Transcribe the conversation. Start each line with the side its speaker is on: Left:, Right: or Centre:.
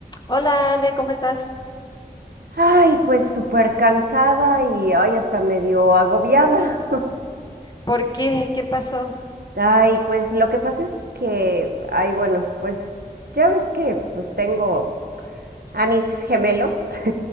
Left: Hola Ale, ¿cómo estás?
Right: Ay, pues súper cansada y ay, hasta medio agobiada. <laughs>
Left: ¿Por qué? ¿Qué pasó?
Right: Ay, pues lo que pasa es que, ay, bueno, pues ya ves que pues tengo a mis gemelos